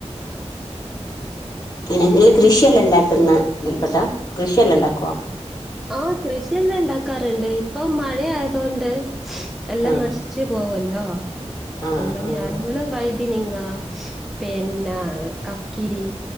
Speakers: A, on the left (about 35°); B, in the centre.
A: പിന്നെ കൃഷിയല്ലാം ഉണ്ടാക്കുന്ന <unintelligible> കൃഷിയെല്ലാം ണ്ടാക്ക <unintelligible>
B: ആ കൃഷിയെല്ലാം ഇണ്ടാക്കാറുണ്ട്. ഇപ്പൊ മഴ ആയതോണ്ട് എല്ലാം
A: ആഹ്
B: നശിച്ച് പോവല്ലോ. <unintelligible>
A: ആഹ് ആഹ്
B: വൈതിനി ങ്ങ, പിന്ന കക്കിരി,